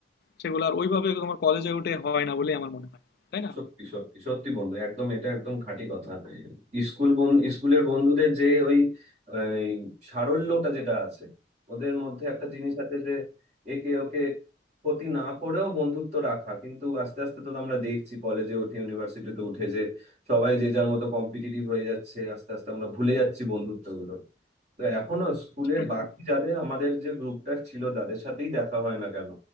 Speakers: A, on the left (about 60°); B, on the right (about 40°).
A: সেগুলো আর ওইভাবে তোমার কলেজে উঠে হয় না বলেই আমার মনে হয় তাই না
B: সত্যি সত্যি সত্যি বন্ধু একদম এটা একদম খাঁটি কথা স্কুল বন স্কুলের বন্ধুদের যে ওই এই, সারল্যটা যেটা আছে ওদের মধ্যে একটা জিনিস আছে যে একে ওকে ক্ষতি না করেও বন্ধুত্ব রাখা কিন্তু আস্তে আস্তে তো আমরা দেখছি কলেজে উঠে ইউনিভার্সিটিতে উঠে যে সবাই যে যার মতো কম্পিটিটিভ হয়ে যাচ্ছে আস্তে আস্তে আমরা ভুলে যাচ্ছি বন্ধুত্বগুলো তো এখনো স্কুলের
A: সেটাই
B: বাকি
A: বন্ধু
B: যাদের আমাদের যে গ্রুপটা ছিল তাদের সাথেই দেখা হয় না কেন